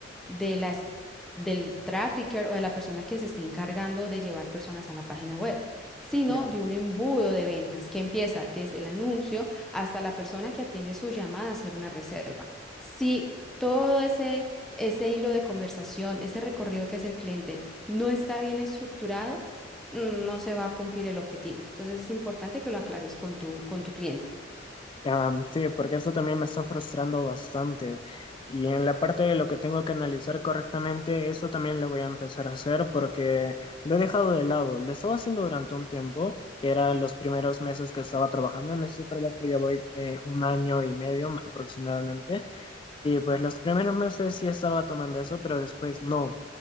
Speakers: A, in the centre; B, on the left.
A: de las, del trafficker o de la persona que se esté encargando de llevar personas a la página web, sino
B: Claro.
A: de un embudo de ventas que empieza desde el anuncio hasta la persona que atiende su llamada a hacer una reserva. Si todo ese, ese hilo de conversación, ese recorrido que hace el cliente no está bien estructurado, mm, no se va a cumplir el objetivo. Entonces es importante que lo aclares con tu, con tu cliente.
B: Am, sí, porque eso también me está frustrando bastante. Y en la parte de lo que tengo que analizar correctamente, eso también lo voy a empezar a hacer porque lo he dejado de lado. Lo estaba haciendo durante un tiempo, que eran los primeros meses que estaba trabajando. En este trabajo ya voy eh, un año y medio aproximadamente. Y pues los primeros meses sí estaba tomando eso, pero después no.